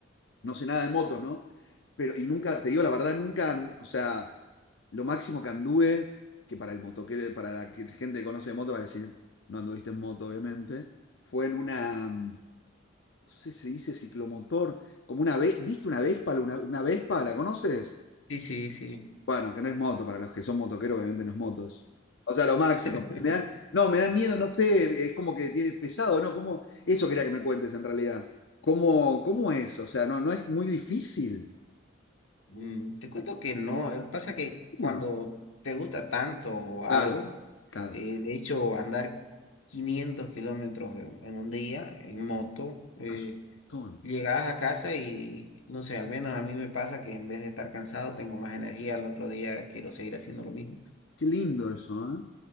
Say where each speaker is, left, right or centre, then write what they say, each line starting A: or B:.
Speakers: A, on the left; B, on the left.
A: no sé nada de motos, ¿no? Pero, y nunca, te digo la verdad, nunca, o sea, lo máximo que anduve, que para el motoquero, para la que- gente que conoce de moto va a decir, no anduviste en moto, obviamente, fue en una, mm, no sé si se dice ciclomotor, como una, ve- ¿viste una Vespa? Una, una Vespa, ¿la conoces?
B: Sí, sí, sí.
A: Bueno, que no es moto, para los que son motoqueros, obviamente no es moto eso. O sea, lo máximo.
B: <laughs>
A: Me da- no, me da miedo, no sé, es como que tiene pesado, ¿no? ¿Cómo? Eso quería que me cuentes en realidad. ¿Cómo, cómo es? O sea, no, no es muy difícil.
B: Mm, te cuento que no, eh, pasa que cuando
A: No.
B: te gusta tanto algo,
A: Claro, claro.
B: eh, de hecho andar 500 kilómetros en, en un día en moto, eh,
A: Es un montón.
B: llegas a casa y no sé, al menos a mí me pasa que en vez de estar cansado tengo más energía, al otro día quiero seguir haciendo lo mismo.
A: Qué lindo eso, ¿eh?